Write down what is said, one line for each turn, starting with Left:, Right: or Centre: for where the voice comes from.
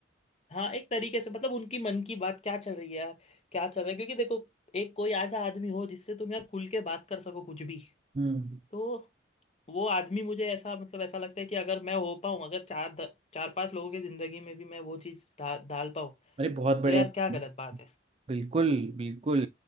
Left: हाँ एक तरीके से मतलब उनकी मन की बात क्या चल रही है यार क्या चल रहा है क्योंकि देखो एक कोई ऐसा आदमी हो जिससे तुम यार खुल के बात कर सको कुछ भी
Right: हम्म
Left: तो वो आदमी मुझे ऐसा मतलब ऐसा लगता है कि अगर मैं हो पाऊँ अगर चार द, चार पांच लोगों की जिंदगी में भी मैं वो चीज़ डा, डाल पाऊँ
Right: अरे बहुत बड़े
Left: तो यार
Right: इंसान।
Left: क्या गलत बात है
Right: बिल्कुल बिल्कुल